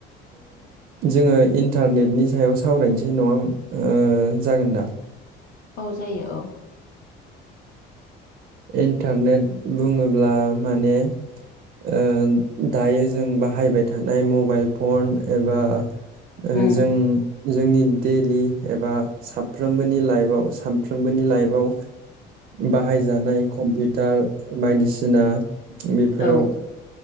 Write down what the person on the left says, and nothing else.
औ जायो औ।
उम
औ